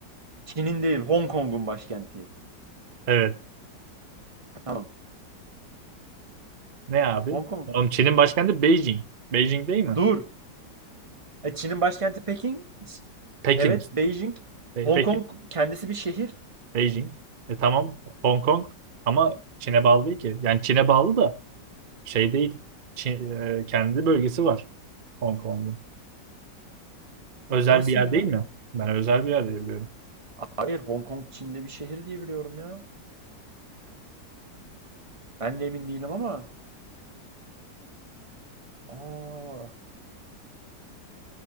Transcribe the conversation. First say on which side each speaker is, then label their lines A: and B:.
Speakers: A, on the right; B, on the right.
A: Çin'in değil, Hong Kong'un başkenti.
B: Evet.
A: Tamam.
B: Ne abi?
A: Hong Kong.
B: Oğlum Çin'in başkenti Beijing. Beijing değil mi?
A: Dur. E, Çin'in başkenti Pekin. Ç-
B: Pekin.
A: Evet,
B: işte.
A: Beijing.
B: Pe-
A: Hong
B: Pekin.
A: Kong kendisi bir şehir.
B: Beijing. E tamam. Hong Kong. Ama Çin'e bağlı değil ki. Yani Çin'e bağlı da Şey değil. Çin- e, kendi bölgesi var Hong Kong'un. Özel
A: Nasıl
B: bir yer
A: ya?
B: değil mi? Ben özel bir yer diye biliyorum.
A: Hayır, Hong Kong Çin'de bir şehir diye biliyorum ya. Ben de emin değilim ama. Aa.